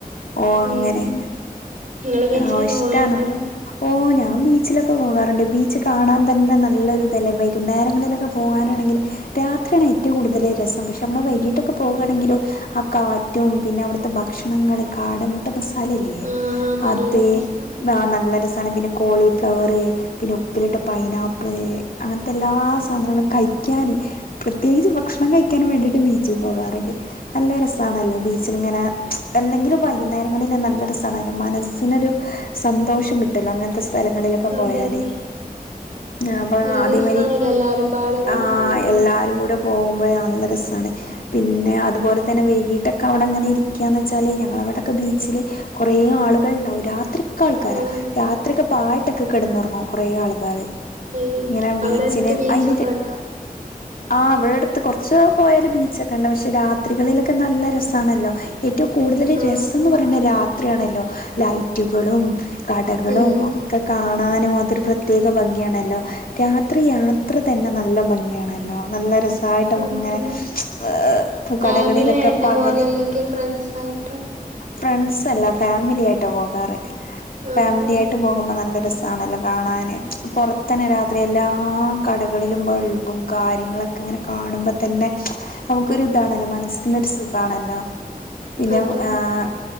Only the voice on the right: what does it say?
ഉം.
ഉം. നിങ്ങള് ബീച്ചിലൊക്കെ
പോവലുണ്ടോ?
ആഹ് നല്ല
രസാണ്
അതന്നെ
ഒരു
രസാണല്ലോ എല്ലാരും പാടെ കൂടെ
പോകുമ്പേ
ആഹ്
ഏഹ്
അവിടെ
അടുത്ത് ബീച്ചൊക്കെ
ഉണ്ടോ
ആഹ്
ആഹ്
ഉം
അതന്നെ
ഫാമിലി
ആയിട്ടാ
പോവല് അല്ലെങ്കിൽ ഫ്രണ്ട്സ് ആയിട്ടോ
ആഹ്
ആഹ്
അതെ